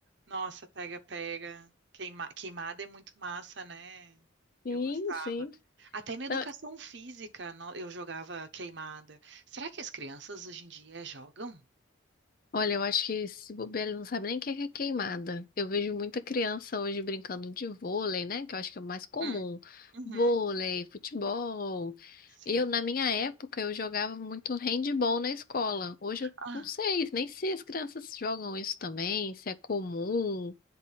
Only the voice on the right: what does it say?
Nossa, pega, pega. Queima- Queimada é muito massa, né?
Eu gostava.
Até na educação
física no- eu jogava queimada. Será que as crianças hoje em dia jogam?
Hum, uhum,
sim.
Ah,